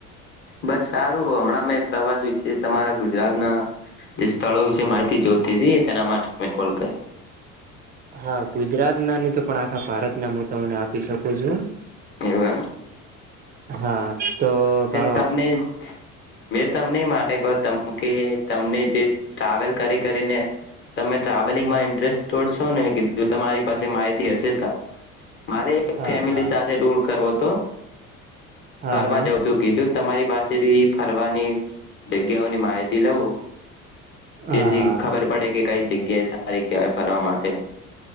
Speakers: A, on the left (about 25°); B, on the right (about 20°).
A: બસ, સારું હમણાં મેં પ્રવાસ વિશે તમારા ગુજરાતના જે સ્થળો વિશે માહિતી જોતી હતી તેના માટે મેં કોલ કર્યો.
B: હા, ગુજરાતના ની તો પણ આખા ભારત ના હું તમને આપી શકું છું.
A: એવાનું
B: હા, તો ભાઈ
A: તમને
B: આમ
A: મેં તમને માટે કહું કે તમને જે ટ્રાવેલ કરી, કરીને તમે ટ્રાવેલિંગમાં ઇન્ટરેસ્ટ તોડછો ને કીધું. તમારી પાસે માહિતી હશે તો મારે એક
B: હા
A: ફેમિલી
B: હા
A: સાથે દૂર કરવો તો.
B: હા
A: ફરવા
B: હા
A: જવું, તે એવું કીધું. તમારી પાસેથી ફરવાની જગ્યાઓની માહિતી લઉ
B: હા
A: તેથી
B: હા
A: ખબર પડે કે કઈ જગ્યાએ સારી કહેવાય ફરવા માટે